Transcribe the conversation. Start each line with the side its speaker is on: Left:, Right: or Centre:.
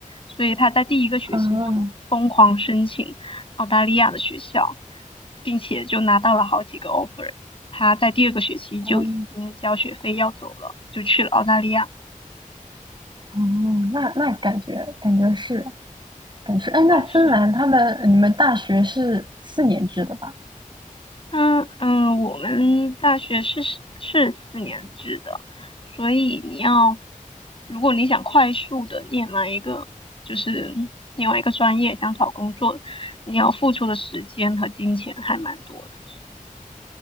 Left: 所以他在第一个学期就疯狂申请，
Right: 哦，
Left: 澳大利亚的学校，并且就拿到了好几个 offer。他在第二个学期就已经交学费要走了，
Right: 哦，
Left: 就去了澳大利亚。
Right: 哦，那那感觉感觉是感觉是，哎，那芬兰他们你们大学是四年制的吧？
Left: 他是，嗯嗯，我们大学是是四年制的，所以你要，如果你想快速的念完一个，就是另外一个专业，想找工作，你要付出的时间和金钱还蛮多的。